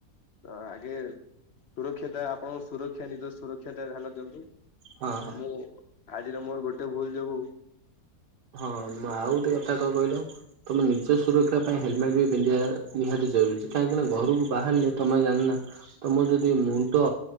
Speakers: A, on the left; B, on the right.
A: ତ ଆଗେ ସୁରକ୍ଷତା, ଆପଣଙ୍କ ସୁରକ୍ଷା ନିଜ ସୁରକ୍ଷତା ଧ୍ୟାନ ଦିଅନ୍ତୁ।
B: ହଁ
A: ମୁଁ, ଆଜିର ମୋର ଗୋଟେ ଭୁଲ୍ ଯୋଗୁ
B: ହଁ, ଆଉ ଗୋଟେ କଥା କଣ କହିଲ? ତମେ ନିଜ ସୁରକ୍ଷା ପାଇଁ ହେଲମେଟ ବି ପିନ୍ଧିବା ନିହାତି ଜରୁରୀ। କାହିଁକିନା ଘରକୁ ବାହାରିଲେ ତମେ ଜାଣିନ ତମର ଯଦି ମୁଣ୍ଡ,